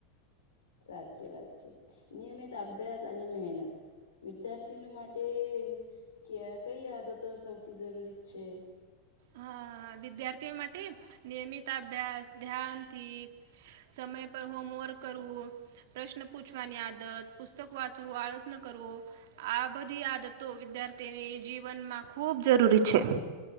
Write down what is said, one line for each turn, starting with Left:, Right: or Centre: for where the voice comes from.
Left: સાચી વાત છે નિયમિત અભ્યાસ અને મહેનત વિદ્યાર્થીની માટે ક કઈ આદતો સૌથી જરૂરી જ છે
Right: હા વિદ્યાર્થીઓ માટે નિયમિત અભ્યાસ ધ્યાનથી સમય પર હોમોંરર્ક કરવું પ્રશ્ન પૂછવાની આદત પુસ્તક વાંચવું આળસ ન કરવો આ બધી આદતો વિદ્યાર્થીની જીવનમાં ખૂબ જરૂરી છે